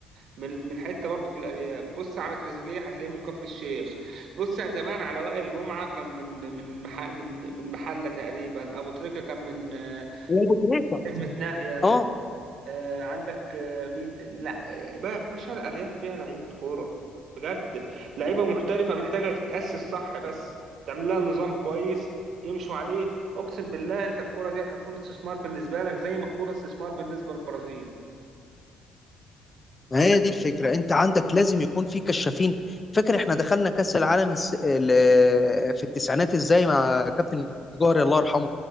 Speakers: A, on the right; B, on the left.
A: من من حته برضه في الارياف بص على تريزيجيه هتلاقيه من كفر الشيخ بص على زمان على وائل جمعه كان من من مح... من من محله تقريبا ابو تريكه كان من آه،
B: يا ابو تريكه
A: حزمه ناهيه
B: اه
A: آه، عندك آه، مين ت... لا آه، ب- باشا الارياف فيها لعيبه كوره بجد لعيبه محترفه محتاجه تتاسس صح بس تعمل لها نظام كويس يمشوا عليه اقسم بالله انت الكوره دي هتكون استثمار بالنسبه لك زي ما الكوره استثمار بالنسبه للبرازيل
B: ما هي دي الفكرة انت عندك لازم يكون في كشافين فاكر احنا دخلنا كأس العالم الس... ال- في التسعينات ازاي مع كابتن جوهري الله يرحمه